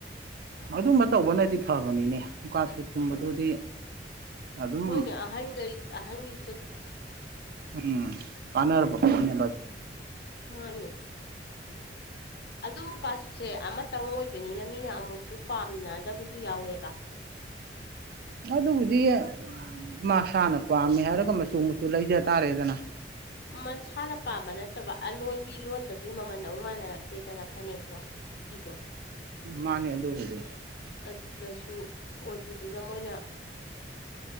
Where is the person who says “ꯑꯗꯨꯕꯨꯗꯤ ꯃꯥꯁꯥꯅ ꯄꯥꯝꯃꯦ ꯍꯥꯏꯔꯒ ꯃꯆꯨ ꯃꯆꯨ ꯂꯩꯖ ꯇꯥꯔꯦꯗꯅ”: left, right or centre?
Right